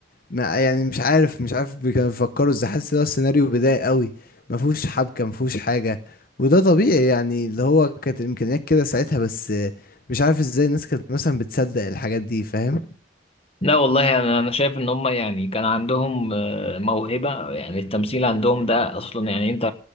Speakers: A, on the left; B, on the left.
A: ما يعني مش عارف مش عارف بي- كانوا بيفكروا ازاي حاسس ده السيناريو بدائي قوي ما فيهوش حبكة ما فيهوش حاجة وده طبيعي يعني اللي هو كانت الامكانيات كده ساعتها بس مش عارف ازاي الناس كانت مثلا بتصدق الحاجات دي فاهم
B: لا والله يعني انا انا شايف ان هم يعني كان عندهم آه، موهبه يعني التمثيل عندهم ده اصلا يعني انت